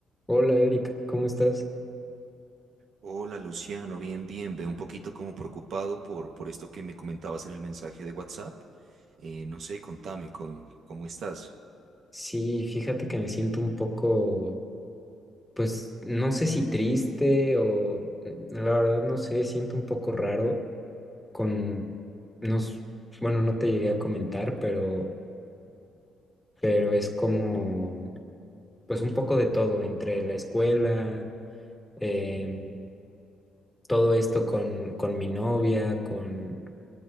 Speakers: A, in the centre; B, on the right.
A: Hola Erika, ¿cómo estás?
B: Hola Luciano, bien, bien. Veo un poquito como preocupado por, por esto que me comentabas en el mensaje de WhatsApp. Eh, no sé, contame, con- ¿cómo estás?
A: Sí, fíjate que me siento un poco, pues no sé si triste o mm, la verdad no sé, siento un poco raro con, nos, bueno, no te llegué a comentar, pero, pero es como, pues un poco de todo, entre la escuela, em, todo esto con, con mi novia, con